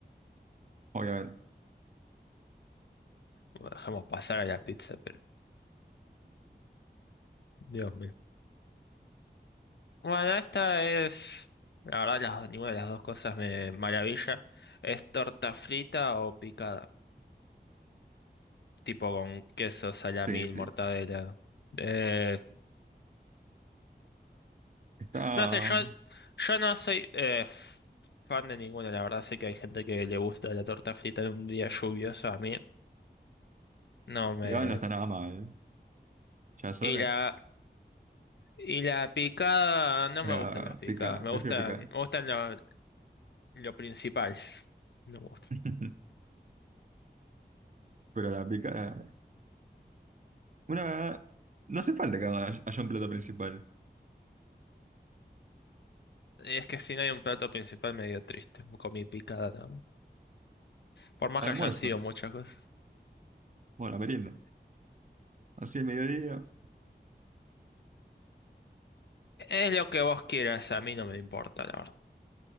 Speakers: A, on the right (about 45°); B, on the left (about 75°).
A: Obviamente.
B: Bueno, dejamos pasar a la pizza, pero Dios mío. Bueno, esta es la verdad las, ninguna de las dos cosas me maravilla. ¿Es torta frita o picada? Tipo con queso, salamín,
A: Sí, sí.
B: mortadela.
A: sí.
B: Eh,
A: Está.
B: No sé, yo, yo no soy eh, f- fan de ninguno, la verdad. Sé que hay gente que le gusta la torta frita en un día lluvioso. A mí no me.
A: Digamos, no está nada mal. Ya sola.
B: Y la, y la picada, no
A: Pero
B: me gustan las picadas.
A: pica,
B: Me
A: prefiero
B: gustan,
A: picar.
B: me gustan lo, lo principal. <laughs> No me gusta.
A: <laughs> Pero la pica. Una. No hace falta que haya haya un plato principal.
B: es que si no hay un plato principal, medio triste. Comí picada nada más. Por más
A: Almuerzo.
B: que hayan sido muchas cosas.
A: Bueno, merienda. Así el mediodía.
B: Es lo que vos quieras, a mí no me importa, la verdad.